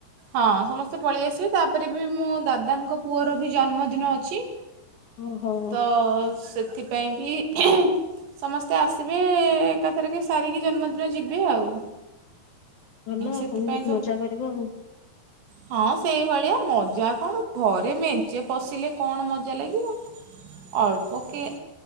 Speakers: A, on the right; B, on the left.
A: ହଁ ସମସ୍ତେ ପଳେଇ ଆସିବେ ତାପରେ ବି ମୋ ଦାଦାଙ୍କ ପୁଅର ବି ଜନ୍ମଦିନ ଅଛି।
B: ଓହୋ।
A: ତ ସେଥିପାଇଁ ବି ଏଁହିଂ ସମସ୍ତେ ଆସିବେ ଏକାଥରକେ ସାରିକି ଜନ୍ମଦିନ ଯିବେ ଆଉ।
B: ଭଲ
A: ସେଥିପାଇଁ
B: ତମେ ବହୁତ
A: ସବୁ
B: ମଜା କରିବ ଆଉ।
A: ହଁ ସେଇଭଳିଆ ମଜା କଣ ଘରେ ମେଞ୍ଚେ ପଶିଲେ କଣ ମଜା ଲାଗିବ? ଅଳ୍ପ କିଏ